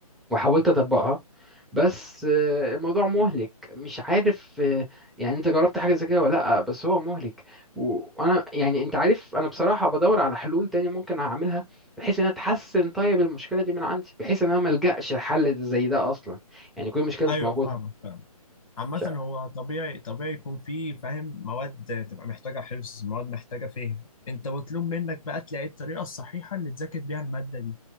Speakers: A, in the centre; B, on the left.
A: وحاولت اطبقها بس آه، الموضوع مهلك مش عارف آه، يعني انت جربت حاجه زي كده ولا لا بس هو مهلك و- وانا يعني انت عارف انا بصراحه بدور على حلول تانية ممكن اعملها بحيث ان أنا اتحسن طيب المشكله دي من عندي بحيث ان انا ما الجاش لحل زي ده اصلا يعني كل مشكله مش
B: ايوه
A: موجوده
B: فاهمك فاهمك عامة
A: مش
B: هو طبيعي طبيعي يكون فيه فاهم مواد تبقى محتاجة حفظ مواد محتاجة فهم انت مطلوب منك بقى تلاقي الطريقة الصحيحة اللي تذاكر بيها المادة دي